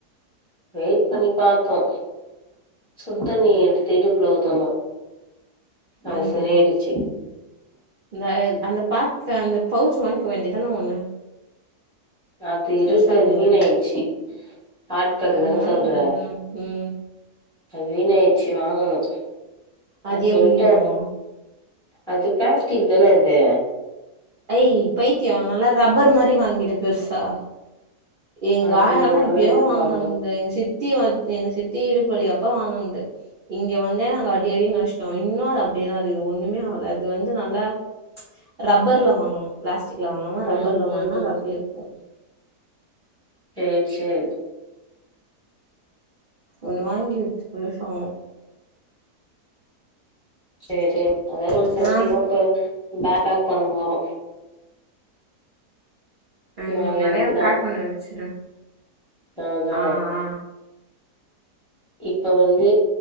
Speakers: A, in the centre; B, on the right (about 55°).
A: வெயிட் பண்ணி பாத்தோ சுடுத்தண்ணிய எடுத்து இடுப்புல <unintelligible> அது
B: ஆமா
A: சரியாயிடுச்சு
B: இந்த அந்த பேக்கு அந்த பவுச் வாங்க்க வேண்டியதான ஒண்ணு
A: அது இருக்கு
B: பெருசா இருக்கும்
A: அது வீணா
B: பாரு
A: ஆயிட்ச்சி சாப்டது
B: அது
A: தான
B: ஒண்ணு வாங்கிக்க
A: சொல்ற
B: வேண்டியதான ம்
A: அது வீணாயிடுச்சு வாங்கணு
B: அது
A: நா
B: எப்டி
A: சொல்ட்டே
B: வீணாவு
A: அது பிளாஸ்டிக் தான இது
B: ஐ பைத்தியோ நல்லா ரப்பர் மாரி வாங்கிட்டு பெருசா எங்க
A: அது
B: ஆயாலா
A: ஆன்லைன்ல
B: எப்யோ வாங்கன்து
A: பாக்கணு
B: எங்க சித்தி வச் எங்க சித்தி இடுபுவலி அப்ப வாங்கந்து இங்க வந்தே நாங்க அடி அடி அஸ்ட்டோ இன்னு அப்டியே தா இருக்குது ஒண்ணுமே ஆகல அது வந்து நல்லா ரப்பர்ல வாங்கனு பிளாஸ்டிக்ல வாங்காம ரப்பர்ல
A: ம் ம்
B: வாங்னா அது அப்டியே இருக்கூ
A: சேரி சேர்
B: ஒண்ணு வாங்கி வெச்சிக்கோ சொ
A: சேரி சேரி அது வேற வன்ட்ட
B: அப்றோ
A: <unintelligible> பேக் பேக் பண்ண போறோ நாள்ளனைக்குதா
B: நீ முன்னாடியே பேக் பண்ணி வச்சுரு
A: நான் தா
B: ஆ ஆ
A: இப்ப வந்து